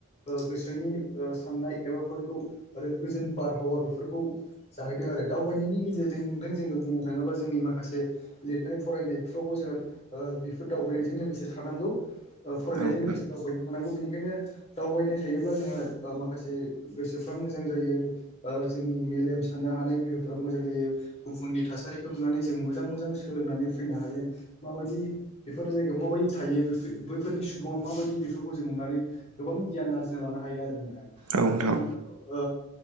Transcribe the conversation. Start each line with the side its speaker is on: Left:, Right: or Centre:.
Left: गोसोनि साननाय एबाफोरखौ आरो गोजोन बारहावा बेफोरखौ जाहैदों आरो दावबायनायनि गेजेरजों नोंथां जोङो बुंनो थाङोबा जोंनि माखासे लिरनाय फरायनायफ्रावबो जोंहा बेफोर दावबायनायजों लोगोसे थानांगौ फरायनायजों
Right: औ नोंथां
Left: लोगोसे दावबायनांगौ थानांगौ बेनिखायनो दावबायनाय थायोब्ला जोंहा माखासे गोसोफ्रा मोजां जायो ओ जोंनि मेलेम साननो हानाय गोहोफ्रा मोजां जायो गुबुननि थासारिखौ नुनानै जों मोजां मोजां सोलोंनानै फैनो हायो माबायदि बेफोर जायगायाव माबायदि थायो बैफोरनि सुबा माबायदि बे खौ जों नुनानै गोबां गियान आरजिना लानो हायो आरो नोंथाङा
Right: औ नोंथां
Left: ओ नोंथाङाथ' ओ